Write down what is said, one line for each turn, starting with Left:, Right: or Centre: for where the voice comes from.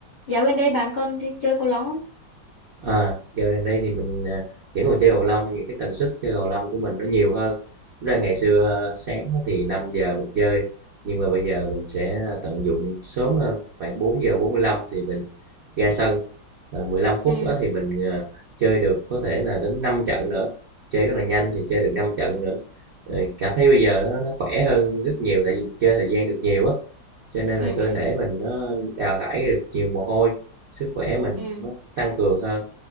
Left: Dạo gần đây bạn con đi chơi cầu lông không?
Right: À, dạo gần đây thì mình à, vẫn còn chơi cầu lông những cái tần suất chơi cầu lông của mình nó nhiều hơn tức là ngày xưa à, sáng á thì 5 giờ mình chơi nhưng mà bây giờ mình sẽ tận dụng sớm hơn khoảng 4 giờ 45 thì mình ra sân à, mười lăm phút
Left: Ừ,
Right: đó thì mình à, chơi được có thể là đến 5 trận nữa chơi rất là nhanh thì chơi được 5 trận nữa Ờ, cảm thấy bây giờ nó nó khỏe hơn rất nhiều tại vì mình chơi thời gian được nhiều á cho nên
Left: ừ,
Right: là cơ
Left: ừ,
Right: thể mình nó đào thải được nhiều mồ hôi sức khỏe mình
Left: ừ,
Right: nó tăng cường hơn